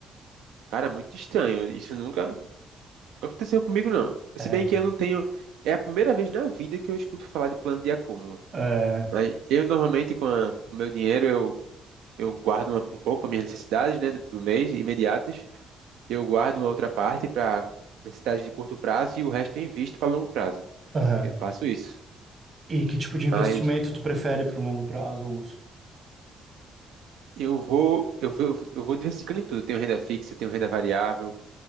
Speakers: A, on the right; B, on the right.
A: Cara, é muito estranho. Isso nunca nunca aconteceu comigo, não. Se
B: É,
A: bem que eu não tenho. É a primeira vez na vida que eu escuto falar de plano de acúmulo.
B: é,
A: Mas eu normalmente, com a- o meu dinheiro, eu, eu guardo uma- um pouco para minhas necessidades, né, do mês, imediatas. Eu guardo uma outra parte para necessidades de curto prazo e o resto eu invisto para longo prazo.
B: aham.
A: Eu faço isso.
B: E que tipo de investimento
A: Mas
B: tu prefere para o longo prazo, Augusto?
A: eu vou, eu vou, eu vou diversificando em tudo. Eu tenho renda fixa, tenho renda variável,